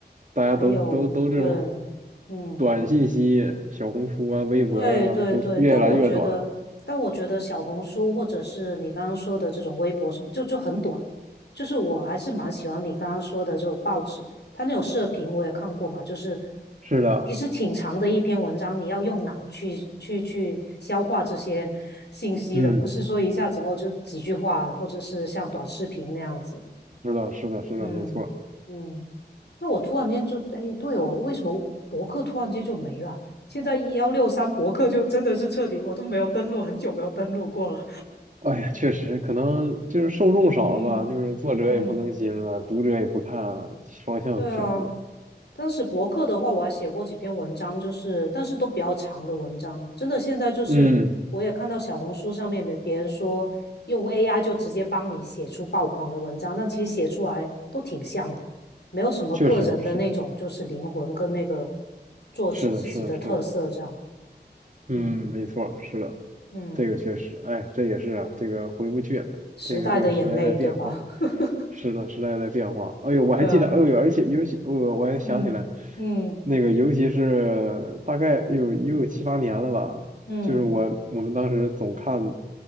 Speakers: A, on the right (about 45°); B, on the left (about 75°).
A: 大家都都都这种
B: 还有对，嗯。
A: 短信息，小红书啊、微博啊，
B: 对对对，
A: 都越来越短了。
B: 但我觉得，但我觉得小红书或者是你刚刚说的这种微博什么，就就很短。就是我还是蛮喜欢你刚刚说的这种报纸，它那种社评我也看过嘛，就是
A: 是的，
B: 其实挺长的一篇文章，你要用脑去去去消化这些 <laughs> 信息的，
A: 嗯，
B: 不是说一下子哦就几句话，或者是像短视频那样子。
A: 是的，是的，是的，
B: 嗯嗯。
A: 没错。
B: 那我突然间就，哎，对哦，为什么博客突然间就没了？现在幺六三博客就真的是彻底，我都没有登录，很久没有登录过了。
A: 哎呀，确实，可能就是受众少了吧，
B: 嗯嗯
A: 就是作者也不更新了，读者也不看了，双向选择。
B: 对啊，当时博客的话，我还写过几篇文章，就是但是都比较长的文章。真的，现在就是我也看到小红书上面别别人说用
A: 嗯，
B: AI 就直接帮你写出爆款的文章，但其实写出来都挺像的，没有什么个人的那种就是灵魂跟那个
A: 确实是，
B: 作者自己的特色这样。
A: 是的，是的，是的，嗯，
B: 嗯
A: 没错，是的。
B: 嗯，
A: 这个确实，哎，这也是啊，这个回不去了，
B: 时代的眼泪，
A: 这个这个时代在变化，
B: 对吧？<laughs>
A: 是的，时代在变化。哎呦，我还记得，
B: 对啊，
A: 哎呦，而且尤其我我还想起来，
B: 嗯嗯
A: 那个尤其是大概有也有七八年了吧，
B: 嗯
A: 就是我我们当时总看